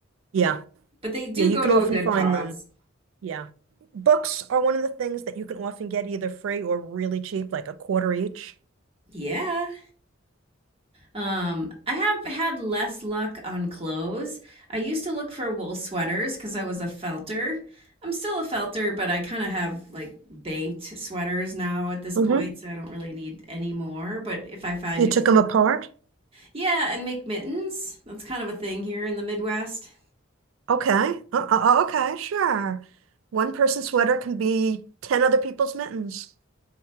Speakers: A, on the right; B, on the right.
A: yeah,
B: but they do
A: yeah, you
B: go
A: can
B: to
A: often
B: a good
A: find
B: cause.
A: them. Yeah. Books are one of the things that you can often get either free or really cheap, like a quarter each.
B: Yeah. Um, I have had less luck on clothes. I used to look for wool sweaters because I was a felter. I'm still a felter, but I kind of have like banked sweaters now at this
A: Mm-hmm.
B: point, so I don't really need any more. But if I find
A: You took
B: it,
A: them apart?
B: yeah, and make mittens. That's kind of a thing here in the Midwest.
A: Okay. Uh, uh, uh, okay, sure. One person's sweater can be 10 other people's mittens.